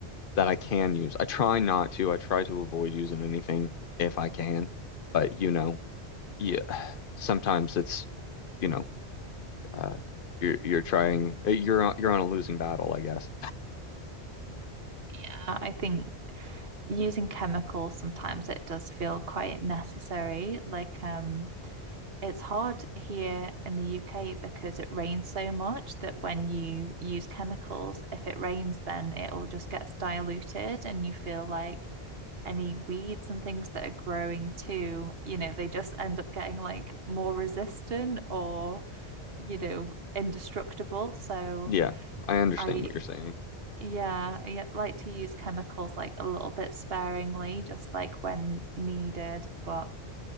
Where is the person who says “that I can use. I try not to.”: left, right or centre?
Left